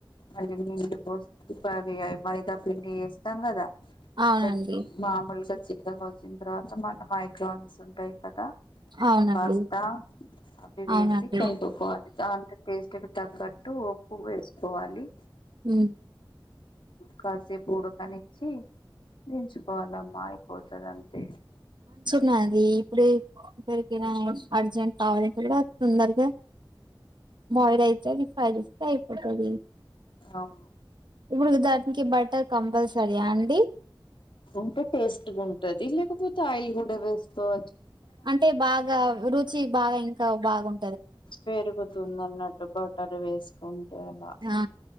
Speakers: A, on the left; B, on the right.
A: మళ్ళీ నీళ్లు పోసివ మైదా పిండి వే ఉంటాం గదా
B: అవునండి
A: కొంచెం మామూలుగా చిక్కగా వచ్చిన తర్వాత మన మైక్రోన్స్ ఉంటాయి కదా
B: అవునండి
A: పాస్తా అవి వేసి
B: అవునండి
A: కలుపుకోవాలి దాంత టేస్ట్ తగ్గట్టు ఉప్పు వేసుకోవాలి
B: ఉ
A: కాసేపు ఉడకనిచ్చి దించుకోవాలామా పోతదంతే
B: నది ఇప్పుడే దరికినా అర్జెంట్ కావాలంటే కూడా తొందరగా బోయిలయి ఫ్రై చేస్తే అయిపోతది
A: అవును
B: ఇప్పుడు దానికి బటర్ కంపల్సర రియా అండి
A: ఉంటే టేస్ట్గా ఉంటది లేకపోతే ఆయిల్ కూడా వేసుకోవ
B: అంటే బాగా రుచి బాగా ఇంకా బాగుం
A: పెరుగుతుంది అన్నట్టు బట్టర్ వేసుకుంటే అలా
B: ఆ